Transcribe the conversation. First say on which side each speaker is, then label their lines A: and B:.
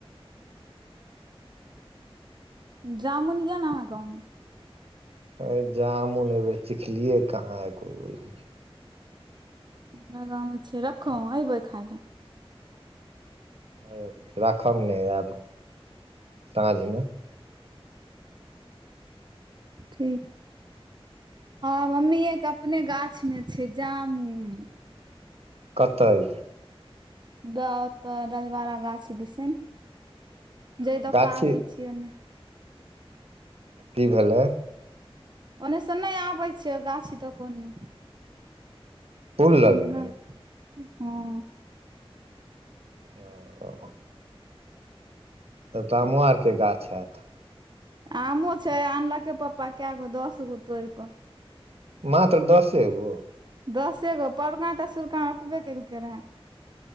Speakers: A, on the right; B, on the right.
A: जामुन ये न अहाँ गाँव मे
B: अय जामुन अइ बेेर चिखलियै कहाँ एको बेर
A: हमरा गाँव मे छै रखों अइबै खाय ले
B: हॅं राखब ने आयब साँझ मे
A: ठीक हाँ मम्मीए के अपने गाछ में छे जामुन
B: कतय
A: बे ओतय रजवाड़ा गाछी दिसेन जै द
B: गाछी
A: के आबे छियै ओने
B: की भेलै
A: ओने सँ नहि आबै छीये ओ गाछी द के ओने
B: पुल लगेने
A: ओग हँ
B: आ तब त आमो आर के गाछ हैत
A: आमो छै आनलकै पप्पा कए गो दस गो तोड़ि के
B: मात्र दसे गो
A: दसे गो परगाँ तेसुरकाँ अपने केलकै रहै